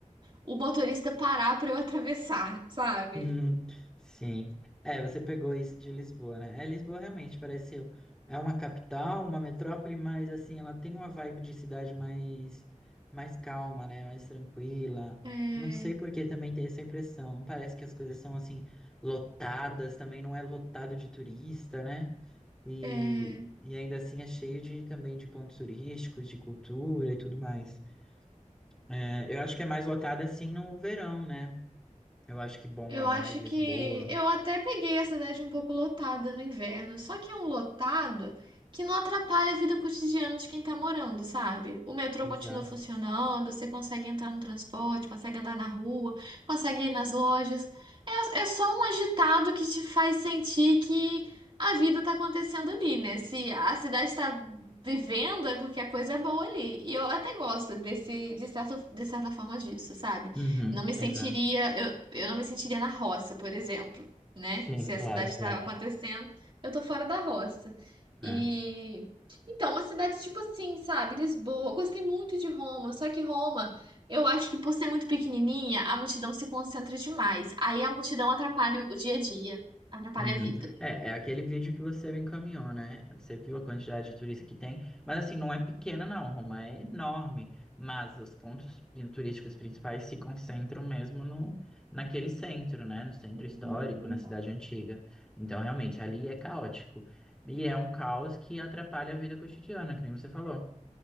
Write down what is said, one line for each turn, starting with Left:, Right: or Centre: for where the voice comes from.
Right: o motorista parar pra eu atravessar, sabe?
Centre: Uhum, Sim. É, você pegou isso de Lisboa, né? É, Lisboa realmente parece é uma capital, uma metrópole, mas assim, ela tem uma vibe de cidade mais mais calma, né? Mais tranquila.
Right: É,
Centre: Não sei por que também tem essa impressão. Não parece que as coisas são assim lotadas, também não é lotado de turista, né? E,
Right: é.
Centre: e ainda assim é cheio de também de pontos turísticos, de cultura e tudo mais. É, eu acho que é mais lotada assim no verão, né? Eu acho que bomba
Right: Eu acho
Centre: mais Lisboa.
Right: que eu até peguei a cidade um pouco lotada no inverno, só que é um lotado que não atrapalha a vida cotidiana de quem tá morando, sabe? O metrô
Centre: Exato.
Right: continua funcionando, você consegue entrar no transporte, consegue andar na rua, consegue ir nas lojas. É, é só um agitado que te faz sentir que a vida tá acontecendo ali, né? Se a cidade tá vivendo, é porque a coisa é boa ali. E eu até gosto desse, de certa, de certa forma disso, sabe?
Centre: Uhum,
Right: Não me sentiria,
Centre: exato.
Right: eu, eu não me sentiria na roça, por exemplo, né?
Centre: Sim,
Right: Se
Centre: claro,
Right: a cidade está
Centre: claro.
Right: acontecendo, eu tô fora da roça. E
Centre: É.
Right: então, uma cidade tipo assim, sabe? Lisboa, eu gostei muito de Roma, só que Roma, eu acho que por ser muito pequenininha, a multidão se concentra demais. Aí a multidão atrapalha o dia a dia, atrapalha
Centre: Uhum.
Right: a vida.
Centre: É, é aquele vídeo que você me encaminhou, né? Você viu a quantidade de turista que tem, mas assim, não é pequena não, Roma é enorme, mas os pontos turísticos principais se concentram mesmo no naquele centro, né? No centro
Right: Uhum.
Centre: histórico, na cidade antiga. Então, realmente, ali é caótico. E é um caos que atrapalha a vida cotidiana, que nem você falou.